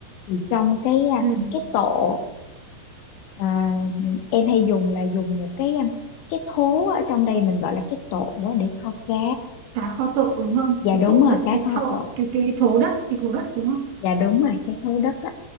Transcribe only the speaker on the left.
thì trong cái à,
cái tổ À, em hay dùng là dùng một cái um, cái thố ở trong đây mình gọi là cái tổ á, để kho cá
dạ
đúng
rồi
cá
kho
tổ
dạ đúng rồi cái thố đất á